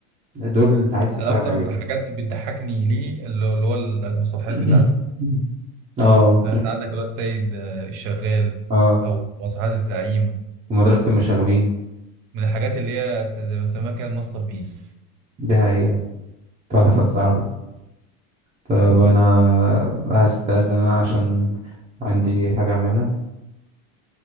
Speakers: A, on the right; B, on the right.
A: دول أنت عايز تتفرج
B: انا اكتر
A: عليهم
B: حاجات بتضحكني ليه اللي هو اللي هو المسرحيات
A: <coughs>
B: بتاعته
A: مم. اه
B: يعني
A: <coughs>
B: عندك الواد سيد آه، الشغال
A: اه
B: او مسرحيات الزعيم
A: ومدرسة المشاغبين
B: من الحاجات اللي هي زي ما بيسموها كده الماستر بيس
A: دي حقيقة تحفة الصراحة طب أنا هستأذن أنا عشان عندي حاجة أعملها